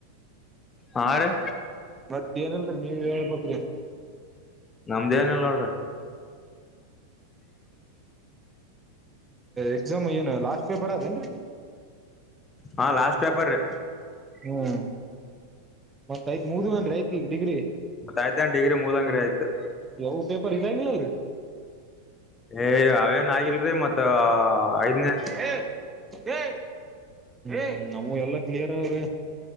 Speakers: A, on the left; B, on the right.
A: ಹಾ ರೀ
B: ಮತ್ತ ಏನಲ್ರರಿ ನೀವ ಹೇಬೇಕ್ರಿ
A: ನಮ್ದೇ ನ ಎಲ್ಲ ನೋಡ್ರಿ
B: ಎಕ್ಸಾಮ್ ಏನು ಲಾಸ್ಟ್ ಪೇಪರ್ ಅದೇಏನ್ರಿ
A: ಹಾ ಲಾಸ್ಟ್ ಪೇಪರ್ ರಿ
B: ಹ್ಮ ಮತ್ ಐತ್ ಮುಗ್ದುವು ಅಂದ್ರ ಆಯ್ತು ನಾನ್ ಡಿಗ್ರಿ
A: ಆಯ್ತನ್ ಡಿಗ್ರಿ ಮುದಂಗ್ರಿ ಆಯ್ತು
B: ಯ ಪೇಪರ್ ಇದಾಗಿಲಲ್ರಿ
A: ಏ ಅವೇನ್ ಆಗಿಲ್ರಿರಿ ಮತ್ತ ಆಯ್
B: ಹೇ ಹೇ ಹೇ ನಮುವು ಎಲ್ಲಾ ಕ್ಲಿಯರ್ ಅವ್ರೆ